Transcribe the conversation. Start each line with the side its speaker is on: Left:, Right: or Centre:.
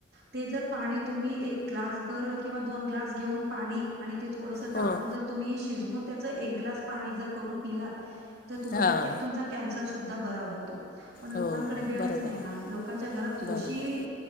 Right: ते जर पाणी तुम्ही एक ग्लासभर किंवा दोन ग्लास घेऊन पाणी आणि ते थोडंसं टाकून
Left: हं
Right: जर. तुम्ही शिजवून त्याच एक ग्लास पाणी जर करून पिलात तर तुम्हाला
Left: हां
Right: त तुमचा. कॅन्सर सुद्धा बरा होतो पण लोकांकडे
Left: हो
Right: वेळच
Left: बरोबर
Right: नाही ना
Left: आहे
Right: लोकांच्या घरात तुळशी.
Left: बरोबर आहे.